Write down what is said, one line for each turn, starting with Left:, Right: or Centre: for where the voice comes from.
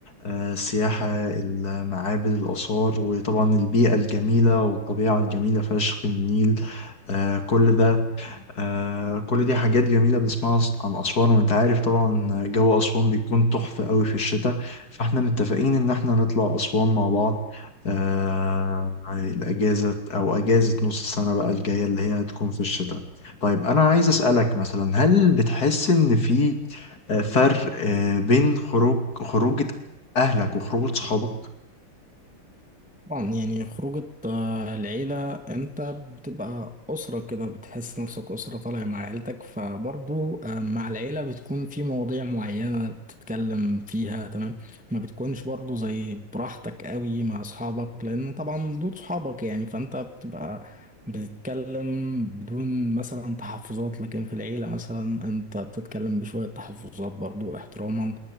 Left: آه، السياحة المعابد الآثار وطبعا البيئة الجميلة والطبيعة الجميلة فشخ النيل آه، كل ده آه كل دي حاجات جميلة بنسمعها عن أسوان وأنت عارف طبعا جو أسوان بيكون تحفة قوي في الشتاء فاحنا متفقين ان احنا نطلع اسوان مع بعض آه الاجازه او اجازه نص السنه بقى الجايه اللي هي هتكون في الشتاء طيب انا عايز اسالك مثلا هل بتحس ان في آه، فرق آه بين خروج خروجه اهلك وخروجه صحابك
Centre: طبعا يعني خروجة آه، العيلة انت بتبقى أسرة كده بتحس نفسك أسرة طالع مع عيلتك فبرضو آه، مع العيلة بتكون في مواضيع معينة بتتكلم فيها تمام ما بتكونش برضو زي براحتك قوي مع أصحابك لأن طبعا دول صحابك يعني فانت بتبقى بتتكلم بدون مثلا تحفظات لكن في العيلة مثلا انت بتتكلم بشوية تحفظات برضو احتراما